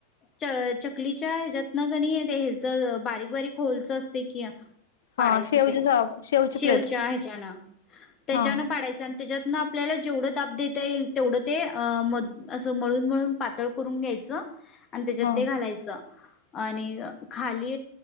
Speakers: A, on the left; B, on the left.
A: च चकलीच्या ह्याच्यातनं का नी याच बारीक बारीक होलच असतय कि या पाडायचं
B: हा शेवची
A: ते
B: शेवची
A: शेवच्या
B: प्लेट
A: ह्याच्यान त्याच्यान
B: हा
A: पाडायचं आ त्याच्यातन आपल्याला जेवढं दाब देता येईल तेवढं ते म असं मळून मळून पातळ करून घ्यायचं आणि त्याच्यात
B: हा
A: ते घालायचं आणि खाली